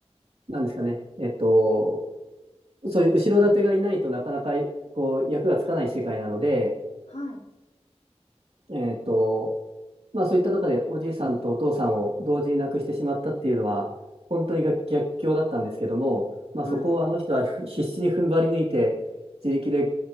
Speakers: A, on the right; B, on the left.
A: なんですかね、えっと、そういう後ろ盾がいないとなかなか、こう、役がつかない世界なので、
B: はい。
A: えっと、まあそういったとこでおじいさんとお父さんを同時に亡くしてしまったっていうのは本当にが逆境だったんですけども、まあ、
B: はい。
A: そこをあの人はふ必死に踏ん張り抜いて自力で